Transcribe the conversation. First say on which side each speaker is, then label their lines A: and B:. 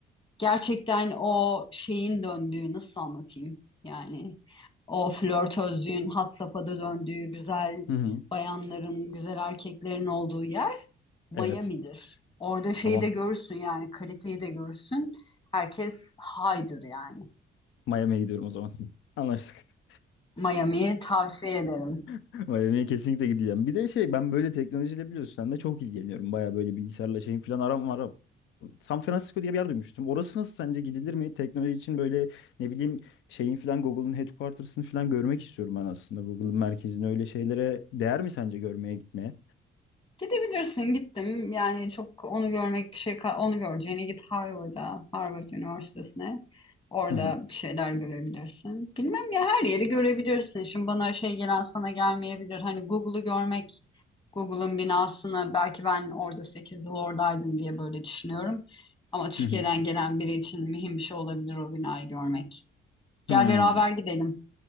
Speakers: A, on the left (about 25°); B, on the left (about 80°).
A: gerçekten o şeyin döndüğü nasıl anlatayım? Yani o flörtözlüğün had safhada döndüğü güzel
B: Hı hı.
A: bayanların, güzel erkeklerin olduğu yer Miami'dir.
B: Evet.
A: Orada şeyi
B: Tamam.
A: de görürsün yani kaliteyi de görürsün. Herkes haydır yani.
B: Miami'ye gidiyorum o zaman. <laughs> Anlaştık.
A: Miami'yi tavsiye ederim.
B: <laughs> Miami'ye kesinlikle gideceğim. Bir de şey ben böyle teknolojiyle biliyorsun sen de çok ilgileniyorum. Baya böyle bilgisayarla şeyin falan aram var. San Francisco diye bir yer duymuştum. Orası nasıl sence gidilir mi? Teknoloji için böyle ne bileyim şeyin falan Google'ın headquarters'ını falan görmek istiyorum ben aslında. Google'ın merkezini öyle şeylere değer mi sence görmeye gitmeye?
A: Gidebilirsin. Gittim. Yani çok onu görmek bir şey kal- onu göreceğine git Harvard'a, Harvard Üniversitesi'ne. Orada
B: Hı hı.
A: bir şeyler görebilirsin. Bilmem ya her yeri görebilirsin. Şimdi bana şey gelen sana gelmeyebilir. Hani Google'u görmek, Google'ın binasını belki ben orada 8 yıl oradaydım diye böyle düşünüyorum. Ama Türkiye'den
B: Hı hı.
A: gelen biri için mühim bir şey olabilir o binayı görmek. Gel
B: Hmm.
A: beraber gidelim.